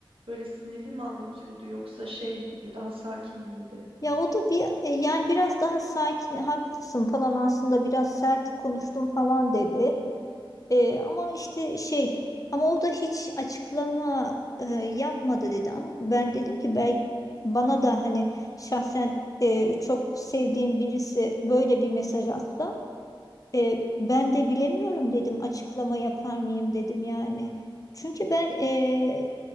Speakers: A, on the right (about 80°); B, on the left (about 40°).
A: böyle sinirli mi anlatıyordu yoksa şey miydi? Daha sakin miydi?
B: Ya o da bir e, yani biraz daha sakin, haklısın falan aslında biraz sert konuştum falan dedi. E, ama işte şey ama o da hiç açıklama e, yapmadı dedi. Ama ben dedim ki belki bana da hani şahsen e, çok sevdiğim birisi böyle bir mesaj atsa E, ben de bilemiyorum dedim açıklama yapar mıyım dedim yani. Çünkü ben e,